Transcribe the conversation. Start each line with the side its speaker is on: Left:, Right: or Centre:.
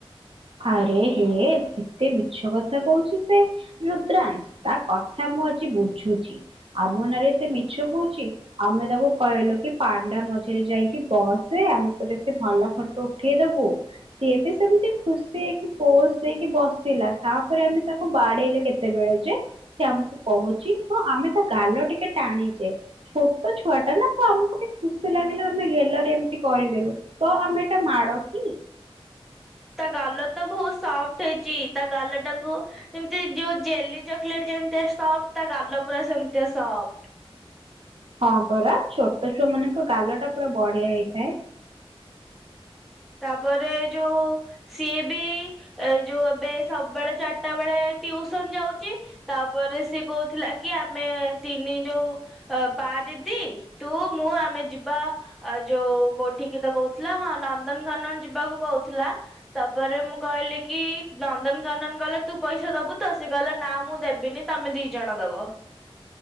Right: ଆରେ ହେ କେତେ ମିଛ କଥା କହୁଛି ସେ ରୁଦ୍ରାନସ ତା କଥା ମୁଁ ଆଜି ବୁଝୁଛି ଆମ ନାଁରେ ଏତେ ମିଛ କହୁଛି ଆମେ ତାକୁ କହିଲୁ କି ପାଣ୍ଡା ମଝିରେ ଯାଇକି ବସେ ଆମେ ତୋର ଏତେ ଭଲ ଫଟୋ ଉଠେଇଦବୁ ସିଏ ବି ସେମତି ଖୁସି ହେଇକି ପୋଜ ଦେଇକି ବସିଲା ତାପରେ ଆମେ ତାକୁ ବାଡେଇଲେ କେତେବେଳେ ଯେ ସେ ଆମକୁ କହୁଛି ହଁ ଆମେ ତା ଗାଲ ଟିକେ ଟାଣିଛେ ଛୋଟ ଛୁଆ ଟା ନା ତ ଆମକୁ ଟିକେ ଖୁସି ଲାଗିଲା ଆମେ ଗେଲରେ ଏମିତି କରିଦେଲୁ ତ ଆମେ ଏଟା ମାଡ଼ କି
Centre: ତା ଗାଲ ତ ବହୁତ ସଫ୍ଟ ହେଇଛି ତା ଗାଲ ଟାକୁ ଯେମତି ଯୋଉ ଜେଲି ଚକୋଲେଟ ଯେମତି ସଫ୍ଟ୍ ତା ଗାଲ ପୁର ସେମିତି ସଫ୍ଟ।
Right: ହଁ ପରା ଛୋଟ ଛୁଆ ମାନଙ୍କ ଗାଲ ଟା ପୁରା ବଢିଆ ହେଇଥାଏ।
Centre: ତାପରେ ଯୋଉ ସିଏ ବି ଏ ଯୋଉ ଏବେ ସବୁବେଳେ ଚାରିଟା ବେଳେ ଟିଉସନ ଯାଉଛି ତାପରେ ସିଏ କହୁଥିଲା କି ଆମେ ତିନି ଯୋଉ ପା ଦିଦି ତୁ ମୁଁ ଆମେ ଯିବା ଯୋଉ କୋଉଠିକ କିି ତ କହୁଥିଲା ହଁ ନନ୍ଦନକାନନ ଯିବାକୁ କହୁଥିଲା ତାପରେ ମୁଁ କହିଲି କି ନନ୍ଦନକାନନ ଗଲେ ତୁ ପଇସା ଦବୁ ତ ସେ କହିଲା ନା ମୁଁ ଦେବିନି ତମେ ଦି ଜଣ ଦବ।